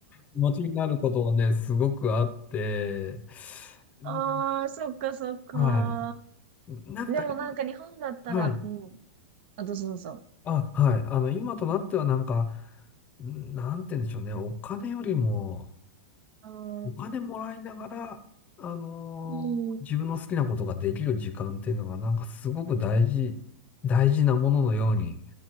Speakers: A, on the left (about 20°); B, on the right (about 50°).
A: 気持ちになることはね、すごくあって、うん
B: ああ、そっかそっか。
A: はい。なんか今、
B: でもなんか日本だったら、
A: はい。
B: うん。あ、どうぞどうぞ。
A: あ、はい。あの、今となってはなんか、んなんて言うんでしょうね。お金よりも、
B: うん。
A: お金もらいながら、あのー自分の好きなことができる時間っていうのがなんかすごく大事、
B: うん。
A: 大事なもののように、